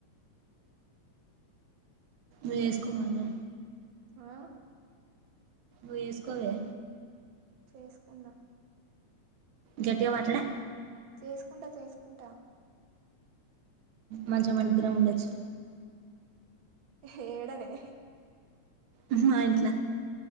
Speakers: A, on the right (about 80°); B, on the right (about 50°).
A: వేస్కోమను
B: ఆ
A: వేస్కో వే
B: చేసుకుందా
A: గెట్టిగా మాట్లాడే
B: చేసుకుంటా చేసుకుంటా
A: మంచిగా మనం ఇద్దరం ఉండచ్చు
B: హేడనే
A: ఊహూ మా ఇంట్ల